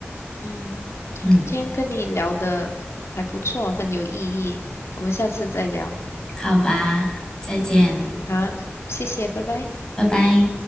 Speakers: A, on the left (about 80°); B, on the left (about 15°).
A: 嗯，
B: 嗯，
A: 今天跟你聊的还不错，很有意义，我们下次再聊。
B: 好吧，再见，
A: 好，谢谢，拜拜。
B: 拜拜。